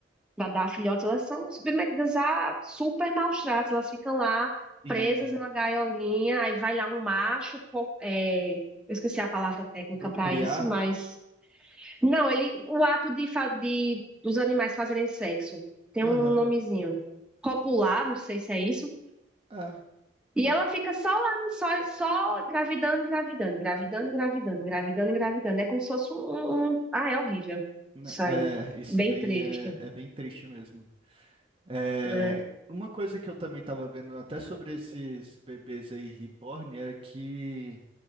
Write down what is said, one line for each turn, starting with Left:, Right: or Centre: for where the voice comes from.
Centre: para dar filhotes, elas são submetidas a super maus tratos. Elas ficam lá
Right: Em
Centre: presas numa gaiolinha, aí vai lá um macho, co- é, eu esqueci a palavra técnica
Right: procriar.
Centre: para isso, mas não, ele, o ato de, fa- de dos animais fazerem sexo tem
Right: Aham.
Centre: um nomezinho, copular, não sei se é isso.
Right: É,
Centre: E
Right: pode-
Centre: ela fica só lá, só, só engravidando, engravidando, engravidando, engravidando, engravidando, engravidando. É como se fosse um, um... um, Ah, é horrível.
Right: né,
Centre: Isso
Right: é,
Centre: aí.
Right: isso
Centre: Bem
Right: daí
Centre: triste.
Right: é, é bem triste mesmo. É,
Centre: né?
Right: uma coisa que eu também estava vendo até sobre esses bebês aí reborn é que